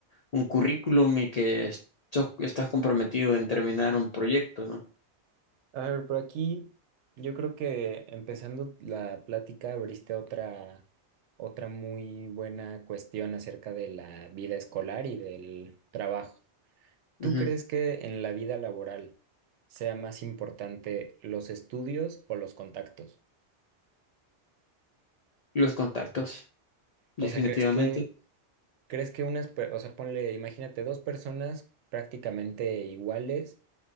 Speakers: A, on the left; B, on the right.
A: un currículum y que es- sos- estás comprometido en terminar un proyecto, ¿no?
B: A ver, por aquí yo creo que empezando la plática abriste otra, otra muy buena cuestión acerca de la vida escolar y del trabajo. ¿Tú
A: Ujú.
B: crees que en la vida laboral sea más importante los estudios o los contactos?
A: Los contactos, definitivamente.
B: O sea, ¿crees que, crees que unas, per- o sea, ponle, imagínate, dos personas prácticamente iguales